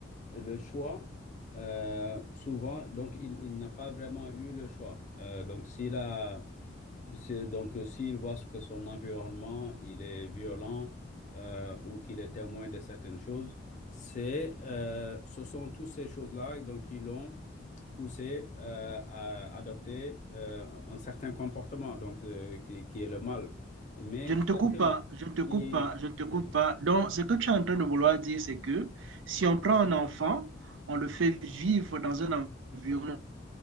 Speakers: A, on the left; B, on the right.
A: le choix, euh, souvent, donc il, il n'a pas vraiment eu le choix. Euh, donc, s'il a, c'est donc euh, s'il voit que son environnement il est violent euh, ou qu'il est témoin de certaines choses, c'est euh, ce sont toutes ces choses-là donc qui l'ont poussé euh, à adopter euh, un certain comportement donc euh, qui, qui est le mal. Mais
B: Je ne
A: quelqu'un
B: te coupe pas, je ne te coupe
A: qui
B: pas, je ne te coupe
A: Oui.
B: pas. Donc, ce que tu es en train de vouloir dire, c'est que si on prend un enfant, on le fait vivre dans un environnement,